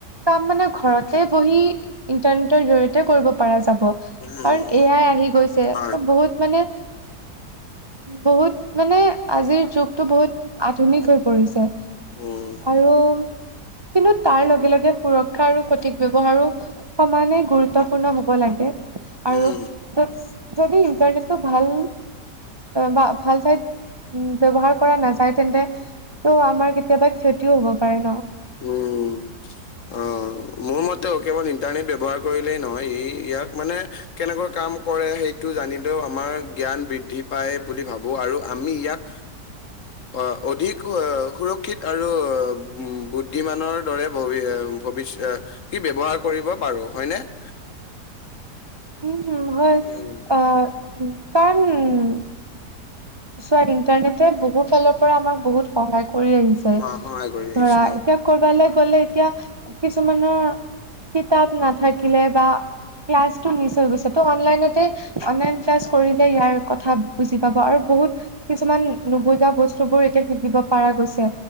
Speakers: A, on the right; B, on the left.
A: কাম মানে ঘৰতে বহি ইন্টাৰনেটৰ জৰিয়তে কৰিব পাৰা যায়
B: উম,
A: কাৰণ এ আই আহি গৈছে
B: হয়,
A: ত বহুত মানে বহুত মানে আজিৰ যুগটো বহুত আধুনিক হৈ পৰিছে।
B: উম,
A: আৰু কিন্তু তাৰ লগে লগে সুৰক্ষা আৰু সঠিক ব্যৱহাৰো সমানে গুৰুত্বপূৰ্ণ হব লাগে। আৰু
B: উম।
A: যদি ইন্টাৰনেটটো ভাল বা ভাল ঠাইত ব্যৱহাৰ কৰা নাযায় তেন্তেটো আমাৰ কেতিয়াবা ক্ষতিও হব পাৰে ন?
B: উম অ। মোৰ মতেও কেৱল ইন্টাৰনেট ব্যৱহাৰ কৰিলেই নহয় ই ইয়াক মানে কেনেকৈ কাম কৰে সেইটো জানিলেও আমাৰ জ্ঞান বৃদ্ধি পায় বুলি ভাবো আৰু আমি ইয়াত অ অধিক সুৰক্ষিত আৰু বুদ বুদ্ধিমানৰ দৰে ভবিষ্যতে ই ব্যৱহাৰ কৰিব পাৰো হয়নে? <inaudible>
A: উম। হয়
B: উম।
A: আহ কাৰণ চোৱা ইন্টাৰনেটে বহু ফালৰ পৰা আমাক বহুত সহায় কৰি আহিছে
B: অ' সহায় কৰি আহিছে
A: ধৰা
B: হয়।
A: এতিয়া ক'ৰবালৈ গ'লে এতিয়া কিছুমানৰ কিতাপ নাথাকিলে বা ক্লাছটো মিচ হৈ গৈছে ত' অনলাইনতে অনলাইন ক্লাছ কৰিলে ইয়াৰ কথা বুজি পাব আৰু বহুত কিছুমান নুবুজা বস্তু বোৰ এতিয়া শিকিব পাৰা গৈছে